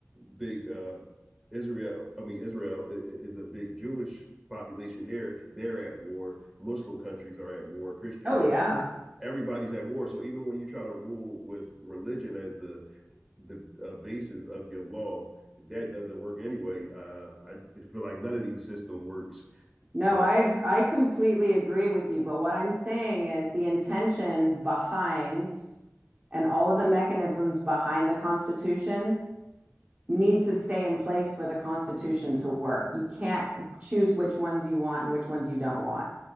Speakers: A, in the centre; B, on the right.
A: big uh, Israel. I mean, Israel i- is a big Jewish population there. They're at war. Muslim countries are at war. Christian
B: Oh,
A: countries,
B: yeah.
A: everybody's at war. So even when you try to rule with religion as the the uh, basis of your law that doesn't work anyway. Uh, I feel like none of these system works,
B: No,
A: but
B: I ag- I completely agree with you, but what I'm saying is the intention behind and all of the mechanisms behind the Constitution need to stay in place for the Constitution to work. You can't choose which ones you want and which ones you don't want.